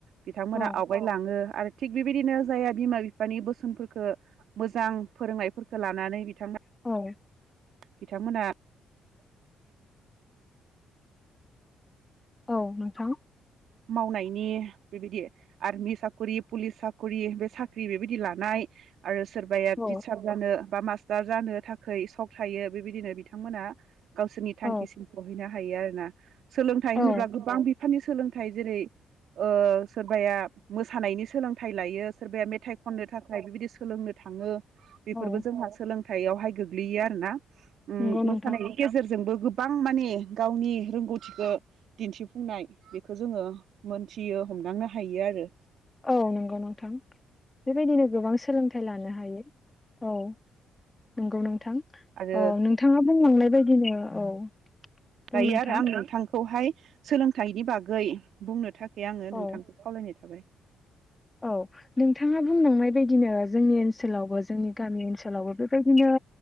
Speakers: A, on the right; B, on the left.
A: बिथांमोना
B: औ
A: आवगायलाङो आरो थिग बेबायदिनो जायहा बिमा बिफा नि बोसोनफोरखौ मोजां फोरोंनायफोरखौ लानानै बिथांमोन
B: औ
A: बिथांमोना
B: औ नोंथां
A: मावनायनि बेबायदि आरमि साखरि पुलिस साखरि बे साख्रि बेबायदि लानाय आरो सोरबाया
B: औ
A: टिचार जानो बा मास्टार जानो थाखाय सक थायो बेबायदिनो बिथांमोना गावसोरनि थांखिसिम
B: औ
A: सहैनो हायो आरो ना सोलोंथाइ होनोब्ला
B: औ
A: गोबां बिफाननि सोलों थाइ जेरै ओ सोरबाया मोसानायनि सोलोंथाइ लायो सोरबाया मेथाइ खननो थाखाय बिबायदि सोलोंनो थाङो बेफोरबो
B: औ औ
A: जोंहा सोलों थाइयावहाय गोग्लैयो आरोना ओम
B: नंगौ नोंथां
A: मोसानायनि गेजेरजों जोंबो गोबां माने गावनि रोंगौथिखौ दिनथिफुंनाय खौ जोङो मोनथियो हमदांनो हायो आरो
B: औ नंगौ नोंथां बेबायदिनो गोबां सोलोंथाइ लानो हायो औ नंगौ नोंथां
A: आरो
B: औ नोंथाङा बुंलांनाय बायदिनो औ बुं
A: गायो
B: नोंथां
A: आरो आं नोंथांखौहाय सोलोंथाइनि बागै बुंनो थाखाय आङो
B: औ
A: नोंथांखौ खावलायनाय थाबाय
B: औ नोंथाङा बुंलांनाय बायदिनो जोंनि ओनसोलावबो जोंनि गामि ओनसोलावबो बेबायदिनो